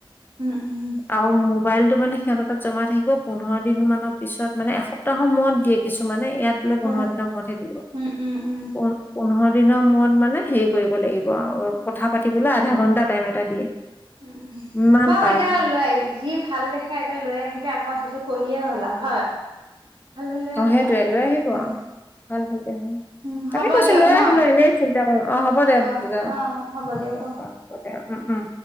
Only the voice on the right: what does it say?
উম উম।
উম,
উম, উম, উম,
উম,
উম,
<unintelligible>
লৈ যি ভাল দেখে এতিয়া লৈ আহিলে আকৌ সেইটো কৰিলেই হ'ল আৰু হয়? ভাল হ'লে
হ'লা
উম,
উম,
হ'ব
দিয়ক
ন'
অ',
অ', হ'ব দিয়ক
অ'।